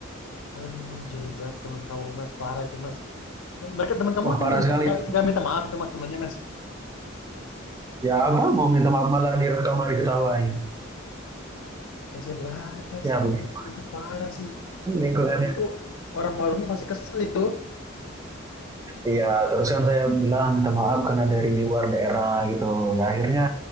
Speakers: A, on the left (about 85°); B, on the right (about 15°).
A: Aduh, jahil banget teman kamu Mas, parah itu Mas. Mereka teman kamu
B: Wah
A: itu
B: parah
A: nggak minta
B: sekali
A: nggak
B: itu.
A: nggak minta maaf itu Mas temannya Mas.
B: Ya apa mau minta maaf malah direkam malah diketawain.
A: Kasihan banget Mas.
B: Ya Ya, begitu
A: Itu itu parah sih.
B: lingkungan
A: Itu orang warungnya pasti kesel itu.
B: Iya, terus kan saya bilang minta maaf karena dari luar daerah gitu. Ya akhirnya